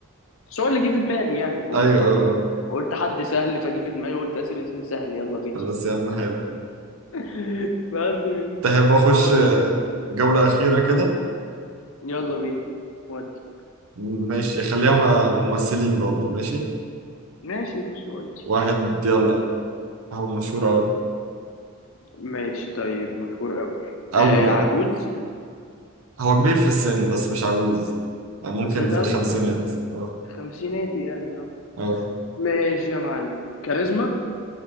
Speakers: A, on the left (about 65°); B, on the right (about 70°).
A: بس هو اللي جه في دماغي يعني فقمت
B: ايوه
A: خبطه
B: اه
A: قلت حد سهل فجه في دماغي قلت آسر ياسين سهل يلا بينا
B: آه. بس يا عم حلو
A: <laughs> بس
B: تحب اخش
A: هو كان جبتها
B: جولة أخيرة كده
A: اه يلا بينا ودي
B: ماشي خليها م- ممثلين برضه ماشي
A: ماشي ماشي ودي
B: واحد يلا هو مشهور أوي
A: ماشي طيب مشهور قوي
B: أوي
A: آه
B: بقى
A: عجوز
B: هو كبير في السن بس مش عجوز يعني ممكن
A: بس مش
B: في
A: عجوز
B: الخمسينات اه
A: خمسيناتي يعني اه
B: اه
A: ماشي يا معلم كاريزما